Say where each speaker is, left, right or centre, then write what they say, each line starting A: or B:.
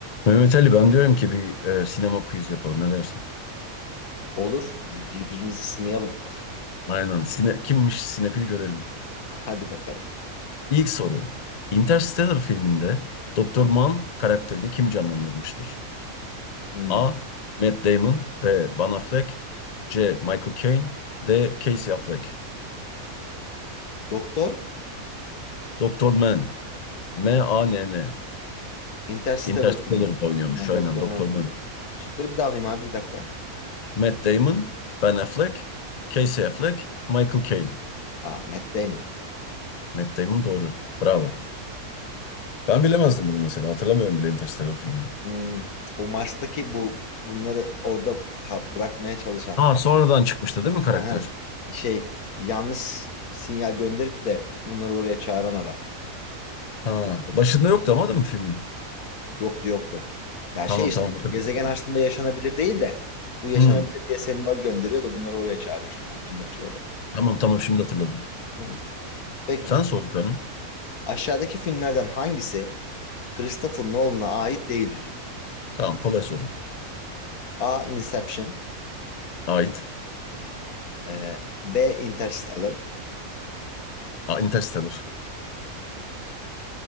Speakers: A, on the left (about 65°); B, on the left (about 80°).
A: Mehmet Ali ben diyorum ki bir e, sinema quiz yapalım ne dersin?
B: Olur. Bir- birbirimizi sınayalım. <laughs>
A: Aynen. Sine, kimmiş sinefil görelim.
B: Hadi bakalım.
A: İlk soru. Interstellar filminde Doktor
B: Hmm.
A: Mann karakterini kim canlandırmıştır?
B: Hmm.
A: A. Matt Damon B. Ben Affleck C. Michael Caine D. Casey Affleck
B: Doktor
A: Doktor Mann M-A-N-N
B: Interstellar
A: Interstellar'da
B: filmi.
A: oynuyormuş
B: Ha,
A: aynen
B: Doktor
A: Doktor
B: Man filmi.
A: Mann.
B: Şıkları bir daha alayım abi bir dakika.
A: Matt Damon, Ben Affleck, Casey Affleck, Michael Caine.
B: Aa, Matt Damon.
A: Matt Damon doğru. Bravo.
B: Hı hı.
A: Ben bilemezdim
B: Peki.
A: bunu mesela. Hatırlamıyorum bile Interstellar filmini.
B: Hmm. O Mars'taki bu bunları orada ka- bırakmaya çalışan.
A: Ha sonradan çıkmıştı değil mi karakter?
B: Aha. Şey yanlış sinyal gönderip de bunları oraya çağıran adam.
A: Ha
B: Doktor Man.
A: başında
B: Hı
A: yoktu
B: hı.
A: ama değil mi filmin?
B: Yoktu yoktu. Ya
A: Tamam
B: şey işte
A: tamam hatırladım
B: gezegen
A: şimdi.
B: aslında yaşanabilir değil de bu yaşanabilir
A: Hmm,
B: diye sembol gönderiyor da bunları oraya çağırıyor işte kurtulmak için orada.
A: Tamam tamam şimdi hatırladım.
B: Hı hı. Peki
A: Sen sor bir tane.
B: aşağıdaki filmlerden hangisi Christopher Nolan'a ait değildir?
A: Tamam kolay soru.
B: A. Inception
A: Ait.
B: e, B. Interstellar
A: Aa, Interstellar.